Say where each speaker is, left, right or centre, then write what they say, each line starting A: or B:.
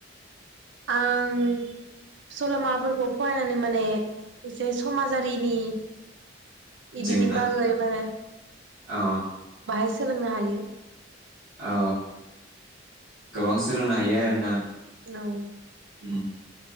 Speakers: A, on the right; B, on the right.
A: आं सल'माफोरखौ फरायनानै माने एसे समाजारिनि इदिनि
B: जोंना
A: बागै माने
B: अ
A: बाहायस सोलोंनो हायो।
B: औ गोबां सोलोंनो हायो आरोना।
A: औ।
B: उम